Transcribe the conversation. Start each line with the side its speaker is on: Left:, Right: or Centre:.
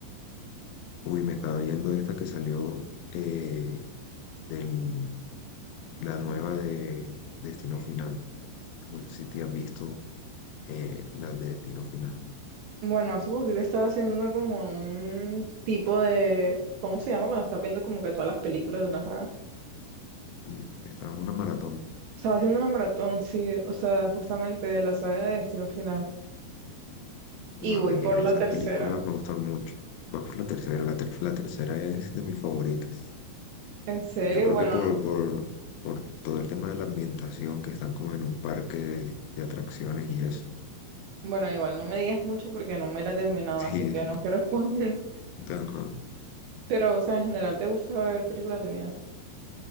Left: Uy, me estaba viendo esta que salió eh, del, la nueva de Destino Final. No sé si te has visto eh, la de Destino Final.
Right: Bueno, hace poquito estaba haciendo como un tipo de... ¿Cómo se llama cuando estás viendo como que todas las películas de una saga?
Left: Mm, Estaba en una maratón.
Right: Estaba haciendo una maratón, sí, o sea, justamente de la saga de Destino Final. Y
Left: No,
Right: voy
Left: a mí
Right: por la
Left: esas
Right: tercera.
Left: películas me gustan mucho. Vas por la tercera, la, ter- la tercera es de mis favoritas.
Right: En serio,
Left: Yo creo
Right: bueno,
Left: que por, por, por todo el tema de la ambientación, que están como en un parque de, de atracciones y eso. <laughs>
Right: bueno, igual no me digas mucho porque no me la he terminado,
Left: Sí,
Right: así que
Left: sí.
Right: no quiero responder.
Left: sí. Ajá.
Right: <laughs> Pero, o sea, en general, ¿te gusta ver películas de miedo?